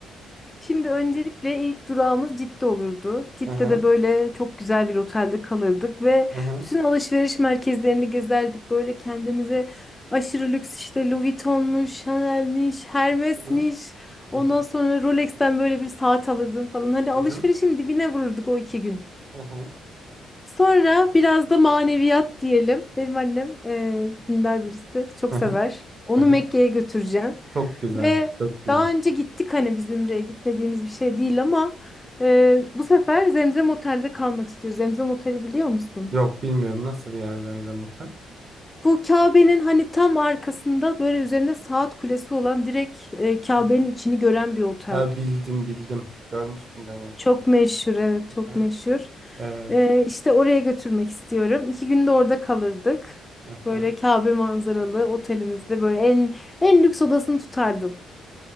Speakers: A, on the left (about 15°); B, on the right (about 40°).
A: Şimdi öncelikle ilk durağımız Cidde olurdu. Cidde'de
B: Hı hı.
A: böyle çok güzel bir otelde kalırdık ve
B: Hı hı.
A: bütün alışveriş merkezlerini gezerdik. Böyle kendimize aşırı lüks işte Louis Vuitton'muş, Chanel'miş, Hermes'miş.
B: Hı hı.
A: Ondan
B: Hı hı.
A: sonra Rolex'ten böyle bir saat alırdım falan. Hani alışverişin
B: Hı hı.
A: dibine vururduk o iki gün.
B: Hı hı.
A: Sonra biraz da maneviyat diyelim. Benim annem eee, dindar birisi. Çok
B: Hı
A: sever.
B: hı.
A: Onu
B: Hı hı.
A: Mekke'ye götüreceğim.
B: Çok güzel.
A: Ve
B: Çok güzel.
A: daha önce gittik hani biz Ümre'ye gitmediğimiz bir şey değil ama e, bu sefer Zemzem Otel'de kalmak istiyoruz. Zemzem Otel'i biliyor musun?
B: Yok bilmiyorum nasıl bir yer Zemzem Otel.
A: Bu Kabe'nin hani tam arkasında böyle üzerinde saat kulesi olan direkt e, Kabe'nin
B: Hı hı.
A: içini gören bir otel.
B: Ha, bildim bildim. Görmüştüm ben o oteli.
A: Çok meşhur evet
B: Hı-hı.
A: çok meşhur.
B: Evet.
A: E, işte oraya götürmek istiyorum. İki günde orada kalırdık.
B: Hı-hı.
A: Böyle Kabe manzaralı otelimizde böyle en en lüks odasını tutardım.